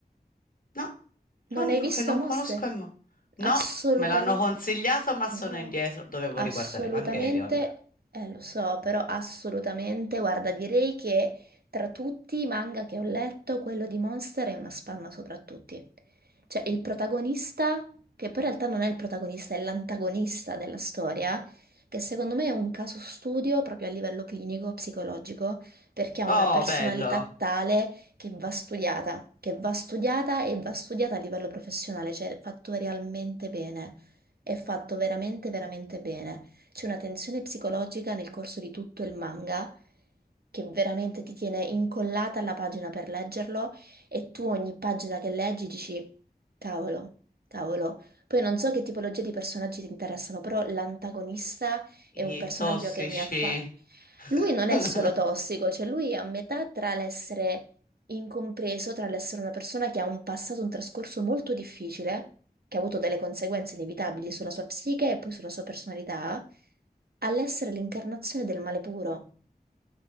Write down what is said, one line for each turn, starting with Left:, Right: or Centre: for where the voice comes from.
Left: No, l'unico
Right: Non hai visto
Left: che non
Right: Monster?
Left: conosco è Mo. No,
Right: Assolutamente.
Left: me l'hanno consigliato, ma sono
Right: No,
Left: indietro. Dovevo
Right: assolutamente.
Left: riguardare Evangelion.
Right: Eh, lo so, però assolutamente. Guarda, direi che tra tutti i manga che ho letto, quello di Monster è una spanna sopra tutti. Cioè, il protagonista, che poi in realtà non è il protagonista, è l'antagonista della storia, che secondo me è un caso studio proprio a livello clinico, psicologico, perché ha
Left: Oh,
Right: una personalità
Left: bello.
Right: tale che va studiata, che va studiata e va studiata a livello professionale, cioè è fatto realmente bene, è fatto veramente, veramente bene. C'è una tensione psicologica nel corso di tutto il manga che veramente ti tiene incollata alla pagina per leggerlo e tu ogni pagina che leggi dici, cavolo, cavolo. Poi non so che tipologia di personaggi ti interessano, però l'antagonista è un
Left: I
Right: personaggio
Left: tossici.
Right: che mi ha fatto...
Left: <laughs>
Right: Lui non è solo tossico, cioè lui è a metà tra l'essere incompreso tra l'essere una persona che ha un passato, un trascorso molto difficile, che ha avuto delle conseguenze inevitabili sulla sua psiche e poi sulla sua personalità, all'essere l'incarnazione del male puro,